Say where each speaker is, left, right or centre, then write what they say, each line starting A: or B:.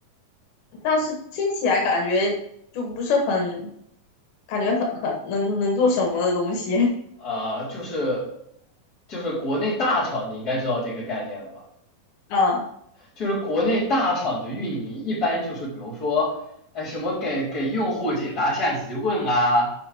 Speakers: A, on the left (about 80°); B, on the left (about 25°).
A: 但是听起来感觉就不是很，感觉很很能能做什么的东西。<laughs>
B: 啊，呃，就是就是国内大厂你应该知道这个概念了吧？
A: 嗯
B: 就是国内大厂的运营一般就是比如说，哎什么给给用户解答下疑问啊，